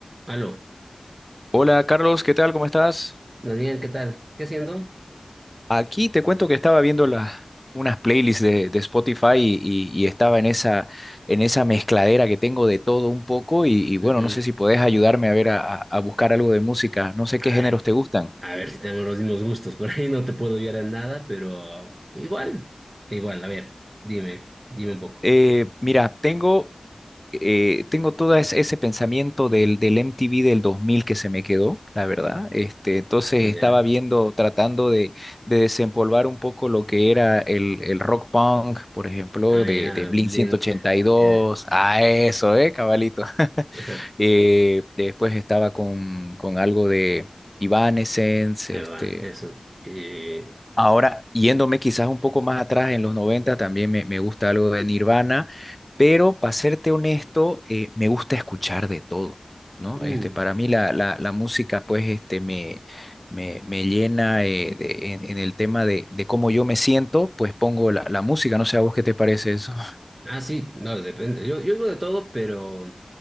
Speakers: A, on the right; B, on the left.
A: Aló.
B: Hola Carlos, ¿qué tal? ¿Cómo estás?
A: Daniel, ¿qué tal? ¿Qué haciendo?
B: Aquí te cuento que estaba viendo las unas playlists de, de Spotify y, y- y estaba en esa, en esa mezcladera que tengo de todo un poco y, y bueno,
A: Ujú.
B: no sé si podés ayudarme a ver a, a- a buscar algo de música, no sé
A: A
B: qué géneros
A: ver,
B: te gustan.
A: a ver si tenemos los mismos gustos. Por ahí no te puedo ayudar en nada, pero igual, igual. A ver, dime, dime un poco.
B: Eh, mira, tengo eh, tengo todo es- ese pensamiento del, del MTV del 2000 que se me quedó, la verdad. Este, entonces
A: Ya,
B: estaba viendo, tratando de, de desempolvar un poco lo que era el, el rock punk, por ejemplo,
A: ah,
B: de,
A: ya,
B: de Blink
A: Blink.
B: ciento ochenta y dos
A: Eh,
B: Ah, eso, ¿eh, cabalito? <laughs>
A: ajá,
B: Eh, después estaba con, con algo de Evanescence,
A: ahí
B: este,
A: van, eso. Eh,
B: Ahora, yéndome quizás un poco más atrás, en los 90 también me, me gusta algo de Nirvana, pero para serte honesto, eh, me gusta escuchar de todo, ¿no?
A: mm,
B: Este, para mí la, la, la música, pues, este, me, me, me llena eh, de- en, en el tema de, de cómo yo me siento, pues pongo la, la música, no sé a vos qué te parece eso. <laughs>
A: ah, sí, no, depende. Yo, yo oigo de todo, pero,